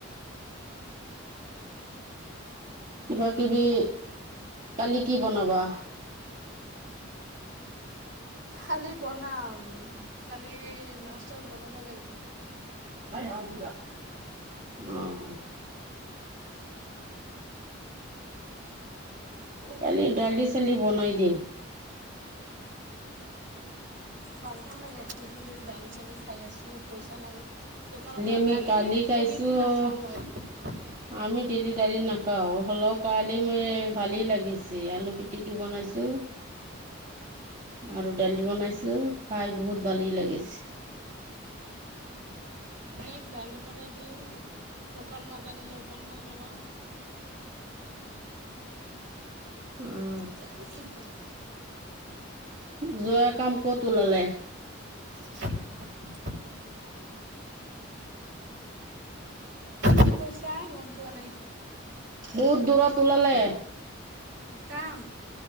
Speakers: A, on the right; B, on the right.
A: কিবা কিবি কালি কি বনাবা?
B: কালি বনাম, কালি মাছ চাছ বনাব লাগিব।
A: নাই আৰু কিবা? উম। কালি দালি চালি বনাই দিম।
B: ভাল নালাগে, দুদিন ধৰি দালি চালি খাই আছো। পইচা নাই, দোকানৰ পৰা
A: আমি
B: দালি
A: কালি খাইছোঁ
B: কণীটো নাখাওঁ মই।
A: আমি ডেলি দালি নাখাও, হলেও কালি মোৰ ভালেই লাগিছে আলু পিটিকি বনাইছো। চু। আৰু দালি বনাইছো, খাই বহুত ভালেই লাগিছে।
B: আ দালি বনাই দিওঁ, শুকান মাছ আনিলে শুকান মাছ বনাও।
A: <unintelligible> উম
B: এতিয়া আৰু কি কৰিম।
A: জোৱাই কাম ক'ত ওলালে?
B: <unintelligible> কি কৈছা গম পোৱা নাই
A: বহুত দূৰত ওলালে।
B: কাম,